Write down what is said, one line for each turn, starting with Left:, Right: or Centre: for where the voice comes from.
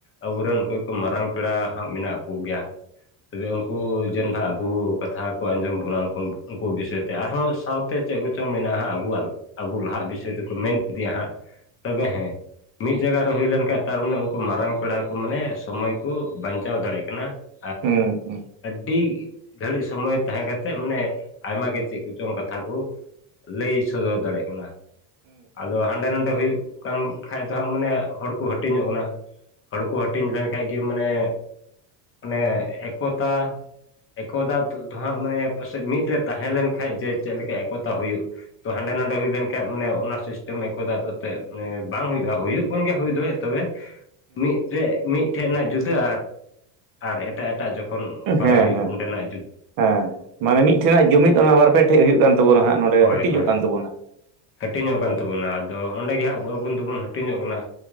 Left: ᱟᱵᱚᱨᱮᱱ ᱚᱠᱚᱭ ᱢᱟᱨᱟᱝ ᱯᱮᱲᱟ ᱦᱟᱸᱜ ᱢᱮᱱᱟᱜ ᱠᱚᱜᱮᱭᱟ ᱛᱚᱵᱮ ᱩᱱᱠᱩᱼᱼ ᱡᱮᱱ ᱦᱟᱜ ᱟᱵᱚ ᱠᱟᱛᱷᱟ ᱠᱚ ᱟᱸᱡᱚᱢ ᱵᱚᱱᱟ ᱩᱱ ᱩᱱᱠᱩ ᱵᱤᱥᱚᱭ ᱛᱮ ᱟᱨᱦᱚᱸ ᱥᱟᱶᱛᱮ ᱪᱮᱫ ᱠᱚᱪᱚᱝ ᱢᱮᱱᱟᱜᱼᱟ ᱟᱵᱚᱣᱟᱜ ᱟᱵᱚ ᱞᱟᱦᱟᱜ ᱵᱤᱥᱚᱭ ᱛᱮᱠᱚ ᱢᱮᱱ ᱤᱫᱤᱭᱟ ᱦᱟᱸᱜ ᱛᱚᱵᱮ ᱦᱮᱸᱼᱼ ᱢᱤᱫ ᱡᱟᱭᱜᱟ ᱨᱮ ᱦᱩᱭ ᱞᱮᱱᱠᱟᱱ ᱛᱟᱨ ᱢᱟᱱᱮ ᱩᱱᱠᱩ ᱢᱟᱨᱟᱝ ᱯᱮᱲᱟ ᱠᱚ ᱢᱟᱱᱮ ᱥᱚᱢᱚᱭ ᱠᱚ ᱵᱟᱧᱪᱟᱣ ᱫᱟᱲᱮᱭᱟᱜ ᱠᱟᱱᱟ ᱾
Right: ᱦᱮᱸ ᱦᱮᱸ ᱾
Left: ᱟᱹᱰᱤ ᱜᱷᱟᱹᱲᱤᱡ ᱥᱚᱢᱚᱭ ᱛᱟᱦᱮᱸ ᱠᱟᱛᱮᱫ ᱢᱟᱱᱮ ᱟᱭᱢᱟ ᱜᱮ ᱪᱮᱫ ᱠᱚᱪᱚᱝ ᱠᱟᱛᱷᱟ ᱠᱩᱼᱼ ᱞᱟᱹᱭ ᱥᱚᱫᱚᱨ ᱫᱟᱲᱭᱟᱜ ᱠᱟᱱᱟ ᱾ ᱟᱫᱚ ᱦᱟᱸᱰᱮ ᱱᱟᱰᱮ ᱦᱩᱭᱩᱜᱼᱼ ᱠᱟᱱ ᱠᱷᱟᱡ ᱫᱚ ᱦᱟᱸᱜ ᱢᱟᱱᱮ ᱦᱚᱲ ᱠᱚ ᱦᱟᱹᱴᱤᱧᱚᱜ ᱠᱟᱱᱟ ᱦᱚᱲ ᱠᱚ ᱦᱟᱹᱴᱤᱧ ᱞᱮᱱᱠᱷᱟᱡ ᱜᱮ ᱢᱟᱱᱮᱼᱼ ᱢᱟᱱᱮ ᱮᱠᱚᱛᱟ ᱮᱠᱚᱛᱟ ᱫᱚᱦᱟᱸᱜ ᱢᱟᱱᱮ ᱯᱟᱥᱮᱡ ᱢᱤᱫ ᱨᱮ ᱛᱟᱦᱮᱸ ᱞᱮᱱᱠᱟᱱᱡ ᱡᱮ ᱪᱮᱫ ᱞᱮᱠᱟ ᱮᱠᱚᱛᱟ ᱦᱩᱭᱩᱜ ᱛᱚ ᱦᱟᱸᱰᱮ ᱱᱟᱰᱮ ᱦᱩᱭ ᱞᱮᱱ ᱠᱷᱟᱱᱡ ᱢᱟᱱᱮ ᱚᱱᱟ ᱥᱤᱥᱴᱮᱢ ᱮᱠ ᱫᱟᱜ ᱛᱮᱫᱮ ᱵᱟᱝ ᱦᱩᱭᱩᱜᱼᱟ ᱦᱩᱭᱩᱜ ᱠᱟᱱ ᱜᱮᱭᱟ ᱦᱩᱭ ᱫᱚ᱾ ᱛᱚᱵᱮ ᱢᱤᱫᱴᱮᱡ ᱢᱤᱫᱴᱷᱮᱱ ᱨᱮᱱᱟᱜ ᱡᱩᱫᱟᱹ ᱟᱨ ᱮᱴᱟᱜ ᱮᱴᱟᱜ ᱡᱚ ᱠᱷᱚᱱᱼᱼ ᱚᱠᱟᱨᱮ
Right: ᱦᱮᱸ
Left: ᱦᱩᱭᱩᱜ ᱚᱸᱰᱮᱱᱟᱜᱼᱼ
Right: ᱦᱮᱸ ᱢᱟᱱᱮ ᱢᱤᱫ ᱴᱷᱮᱱᱟᱜ ᱡᱩᱢᱤᱫ ᱚᱱᱟ ᱵᱟᱨ ᱯᱮ ᱴᱷᱮᱡ ᱦᱩᱭᱩᱜ ᱠᱟᱱ ᱛᱟᱵᱚᱱᱟ ᱦᱟᱸᱜ ᱱᱚᱸᱰᱮ
Left: ᱦᱳᱭ
Right: ᱦᱟᱹᱴᱤᱧᱚᱜ
Left: ᱦᱳᱭ
Right: ᱠᱟᱱ ᱛᱟᱵᱚᱱᱟ᱾
Left: ᱦᱟᱹᱴᱤᱧᱚᱜ ᱠᱟᱱ ᱛᱟᱵᱚᱱᱟ ᱟᱫᱚ ᱚᱸᱰᱮ ᱜᱮ ᱦᱟᱸᱜ ᱟᱵᱩᱱ ᱫᱚᱵᱚᱱ ᱦᱟᱹᱴᱤᱧᱚᱜ ᱠᱟᱱᱟ᱾